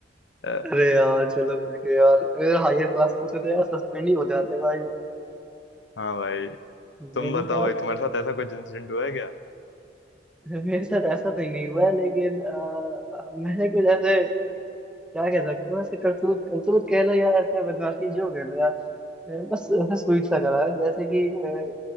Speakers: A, on the left (about 80°); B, in the centre.
A: अ,
B: अरे यार चलो बच गए यार अगर हायर क्लास में होते तो यार सस्पेंड ही हो जाते भाई
A: हाँ भाई
B: मेरे
A: तुम बताओ
B: साथ
A: भाई तुम्हारे साथ ऐसा कुछ इंसिडेंट हुआ है क्या
B: मेरे साथ ऐसा तो नहीं हुआ है लेकिन अह, मैंने कुछ ऐसे क्या कह सकते हो ऐसे करतूत करतूत कह लो या ऐसे बदमाशी जो कह लो यार अह, बस ऐसा स्वीट सा करा है जैसे कि अह,